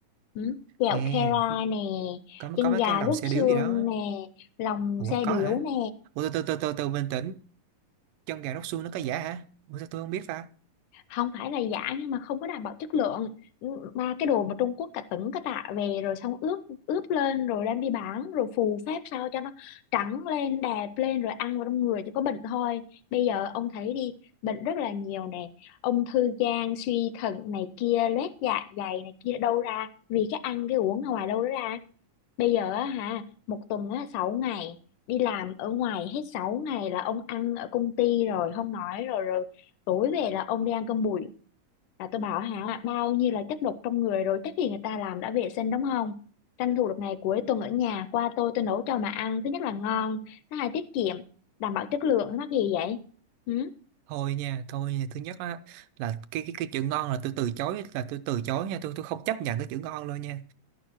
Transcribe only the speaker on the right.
nghe
có
có mấy
cái lòng
xe
điếu gì đó
ủa
có
hả
ủa từ từ từ từ từ bình tĩnh chân gà róc xương nó có giả hả ủa sao tôi không biết ta
thôi nha thôi nha thứ nhất á là cái cái cái chữ ngon là tôi từ chối là tôi từ chối nha tôi tôi không chấp nhận cái chữ ngon luôn nha